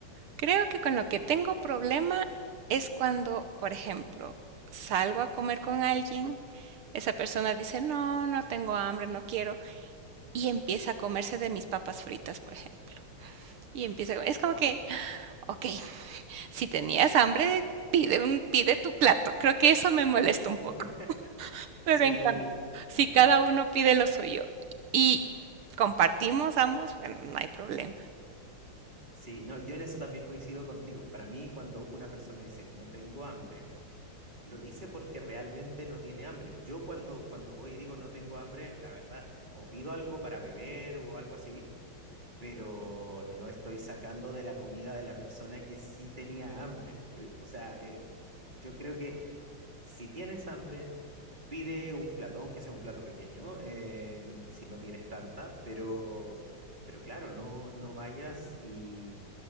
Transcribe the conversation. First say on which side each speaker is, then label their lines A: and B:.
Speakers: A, on the right (about 80°); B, on the right (about 20°).
A: Creo que con lo que tengo
B: Genial.
A: problema es cuando, por ejemplo, salgo a comer con alguien, esa persona dice, no, no tengo hambre, no quiero, y empieza a comerse de mis papas fritas, por ejemplo. Y empieza, co- es como
B: Wow.
A: que, ok, si tenías hambre, pide un, pide tu plato. Creo que eso me molesta un poco.
B: <laughs>
A: Pero
B: Sí,
A: en cambio,
B: claro.
A: si cada uno pide lo suyo y compartimos ambos, bueno, no hay problema.
B: Sí, no, yo en eso también coincido contigo. Para mí, cuando una persona dice no tengo hambre, Lo dice porque realmente no tiene hambre. Yo cuando, cuando voy y digo no tengo hambre, la verdad, o pido algo para beber o algo así, pero no estoy sacando de la comida de la persona que sí tenía hambre. Eh, O sea, eh, yo creo que si tienes hambre, pide un plato, aunque sea un plato pequeño, eh, si no tienes tanta, pero, pero claro, no, no vayas y,